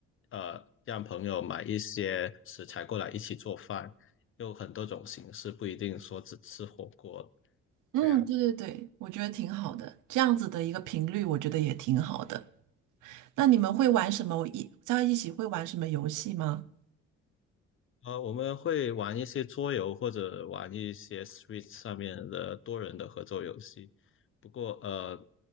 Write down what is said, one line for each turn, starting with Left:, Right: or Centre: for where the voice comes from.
Left: 呃，让朋友买一些食材过来一起做饭，有很多种形式，不一定说只吃火锅
Right: 嗯，
Left: 这样。
Right: 对对对，我觉得挺好的，这样子的一个频率，我觉得也挺好的。那你们会玩什么？一在一起会玩什么游戏吗？
Left: 呃，我们会玩一些桌游或者玩一些 Switch 上面的多人的合作游戏。不过，呃，